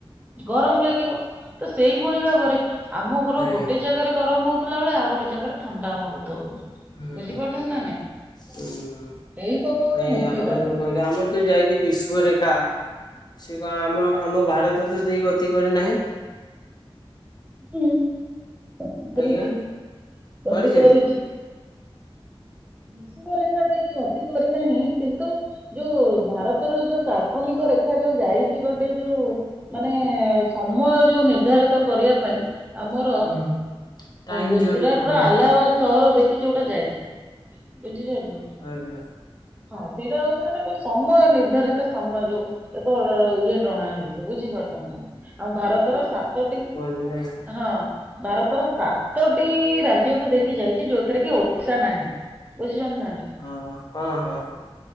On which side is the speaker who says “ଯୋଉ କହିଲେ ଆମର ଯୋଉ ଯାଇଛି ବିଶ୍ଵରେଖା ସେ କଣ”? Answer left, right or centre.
Left